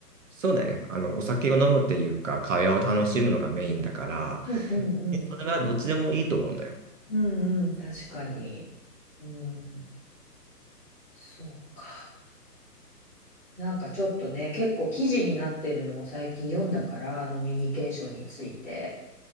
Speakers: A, on the right; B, in the centre.
A: そうだよね。あの、お酒を飲むっていうか、会話を楽しむのがメインだから、
B: うんうんうん
A: でそれはどっちでもいいと思うんだよ。
B: うんうん、確かに。うん、そうか。なんかちょっとね、結構記事になってるのを最近読んだから、飲みニケーションについて。